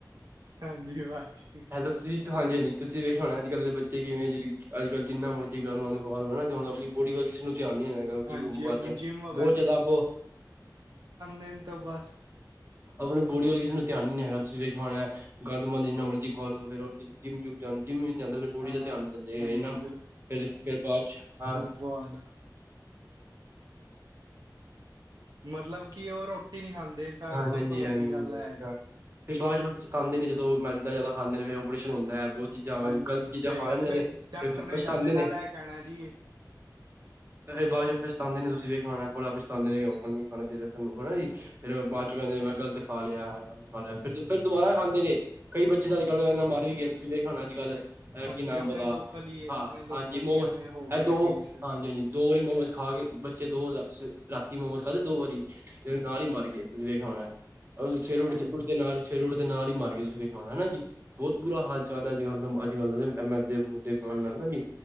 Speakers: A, on the right (about 60°); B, on the right (about 35°).
A: ਹਾਂਜੀ ਬਾਦ ਚ
B: ਹੈਲੋ ਤੁਸੀਂ ਹਾਂਜੀ -ਹਾਂਜੀ ਤੁਸੀਂ ਵੇਖਯਾ ਹੋਣਾ ਅੱਜ ਕੱਲ ਦੇ ਬੱਚੇ ਕਿਵੇਂ ਜਿਹੜੇ, ਅੱਜੱਕਲ੍ਹ ਜਿਹਨਾਂ ਮਰਜੀ ਗੰਦਮੰਦ ਖਵਾ ਲੋ, ਹੈਨਾ ਚਾਹੁੰਦੇ ਆਪਣੀ ਬੋਡੀ ਵਲ ਕਿਸੇ ਨੂੰ ਧਿਆਨ ਨੀ ਆਏਗਾ ਕਿ
A: ਹਾਂਜੀ
B: ਬਿਮਾਰੀਆਂ,
A: ਆਪਣੀ ਜਿੰਮ
B: ਬਹੁਤ ਜ਼ਿਆਦਾ ਬ
A: ਤੀਣ ਤੋ ਬਸ
B: ਆਪਣੀ ਬੋਡੀ ਵੱਲ ਕਿਸੇ ਨੂੰ ਧਿਆਨ ਨੀ ਨੀ ਹੈਗਾ, ਤੁਸੀਂ ਵੇਖਯਾ ਹੋਣਾ ਹੈ, ਗੰਦ ਮੰੰਦ ਜਿੰਨਾ ਮਰਜੀ ਖੁਵਾ ਲੋ, ਫਿਰ ਜਿੰਮ ਜੁਮ ਜਾਂ ਜਿੰਮਮ ਵੀ ਨੀ ਜਾਂਦੇ, ਬੋਡੀ
A: ਹਾਂ
B: ਦਾ ਧਿਆਨ ਨੀ ਦਿੰਦੇ,
A: ਹਾਂਜੀ
B: ਇਹਨਾਂ ਫ਼ਿਰ ਫ਼ਿਰ ਬਾਅਦ ਚ, ਹਾਂ
A: ਔ ਹਾ ਨਾ ਮਤਲਬ ਕਿ ਉਹ ਰੋਟੀ ਨਹੀਂ ਖਾਂਦੇ,
B: ਹਾਂਜੀ
A: ਸਭ ਤੋਂ ਵੱਡੀ
B: ਹਾਂਜੀ ਹਾਂਜੀ
A: ਗੱਲ ਐ ਹੈ
B: ਹਾਂ ਫਿਰ ਬਾਅਦ ਚ ਪਛੱਤਉਦੇ ਨੇ, ਜਦੋਂ ਮੈਦਾ ਜਿਆਦਾ ਖਾਂਦੇ ਨੇ, ਫਿਰ ਓਪਰੇਸ਼ਨ ਹੁੰਦਾ ਹੈ, ਬਹੁਤ ਚੀਜ਼ਾਂ,
A: ਹਾਂਜੀ
B: ਗ਼ਲਤ ਚੀਜ਼ਾਂ
A: ਸਹੀ
B: ਖਾ
A: ਗੱਲ
B: ਲੈਂਦੇ
A: ਹੈ ਫਿਰ
B: ਨੇ,
A: ਡਾਕਟਰ
B: ਫਿਰ ਪਛਤਾਉਂਦੇ
A: ਜਾਂਦੇ ਨਾਲ
B: ਨੇ
A: ਇਹ ਕਹਿਣਾ ਜੀ
B: ਤੇ ਬਾਅਦ ਚ ਪਛਤਾਉਦੇ ਨੇ, ਤੁਸੀ ਵੇਖਾਇਆ ਹੋਣਾ ਐ, ਬੜਾ ਪਛਤਾਉਦੇ ਨੇ, ਆਪਾਂ ਨੂੰ ਨਹੀਂ ਖਾਣਾ ਚਾਹਿਦਾ ਸਾਨੂੰ ਹੈਨਾ ਜੀ ਫੇਰ ਔ ਬਾਦ ਚੁ, ਕਹਦੇ ਮੈਂ ਗਲਤ ਖਾ ਲਿਆ ਖਾ ਲਿਆ, ਫਿਰ ਫਿਰ ਦੁਬਾਰਾ ਖਾਂਦੇ ਨੇ, ਕਈ ਬੱਚੇ ਤਾਂ ਅੱਜ ਕੱਲ ਇੰਨਾ ਮਰ ਵੀ ਗਏ, ਤੁਸੀਂ ਦੇਖ ਹੁਣ ਅੱਜ ਕੱਲ੍ਹ, ਇਹ
A: ਹਾਂਜੀ
B: ਕਿ ਨਾਮ
A: ਆਪਣੇ
B: ਔਦਾ,
A: ਲੋਕਲ ਹੀ
B: ਹਾਂਜੀ
A: ਆਪਣੇ ਲੋਕਲ ਹੀ
B: ਮੋਮਸ,
A: ਐਵੇਂ ਹੋ ਗਿਆ
B: ਇਹ ਦੋ
A: ਕੇਸ
B: ਹਾਂਜੀ- ਹਾਂਜੀ ਦੋ ਵਾਰੀ ਮੋਮੋਸ ਖਾ ਕੇ ਬੱਚੇ ਦੋ, ਰਾਤੀ ਮੋਮੋਸ ਖਾਦੇ ਦੋ ਵਾਰੀ, ਤੇ ਨਾਲ ਹੀ ਮਰ ਗ ਤੁਸੀਂ ਵੇਖਯਾ ਹੋਣਾ, ਸਵੇਰੇ
A: ਹਾਂਜੀ
B: ਉੱਠ ਉੱਠਦੇ ਨਾਲ ਸਵੇਰੇ ਉੱਠਦੇ ਨਾਲ ਹੀ ਮਰ ਗਏ, ਤੁਸੀਂ ਵੇਖਯਾ ਹੋਣਾ ਹੈਨਾ ਜੀ ਬਹੁਤ ਬੁਰਾ ਹਾਲ ਚਾਲ ਅੱਜ ਕੱਲ, ਅੱਜ ਕੱਲ ਦਾ, ਏ ਮੈਦੇ ਮੁਦੇ ਖਾਨ ਲਗ ਪਏ ਜੀ,